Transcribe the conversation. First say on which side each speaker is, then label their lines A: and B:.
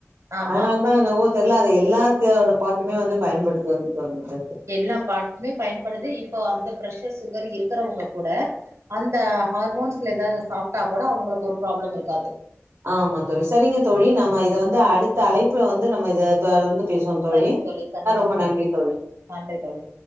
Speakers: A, on the right; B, on the right.
A: ஆமா
B: அதனால தானவோ தெர்ல அத எல்லாத்தோட பார்ட்டுமே வந்து பயன்படுத்து வந்து தது
A: எல்லா பார்ட்டுமே பயன்படுது இப்போ அந்த ப்ரஷர் சுகர் இருக்கறவுங்க கூட அந்த ஹார்மோன்ஸ்ல ஏதாதுசப்ட்டா கூட அவங்குளுக்கு ஒரு ப்ராப்ளம் இருக்காது
B: ஆமா தோழி சரிங்க தோழி நம்ம இத வந்து அடுத்த அழைப்புல வந்து நம்ம இத வந்து தொடர்ந்து பேசுவோ தோழி
A: சரிங்க கண்டினியூ
B: ரொம்ப
A: பண்லா
B: நன்றி தோழி
A: நன்றி தோழி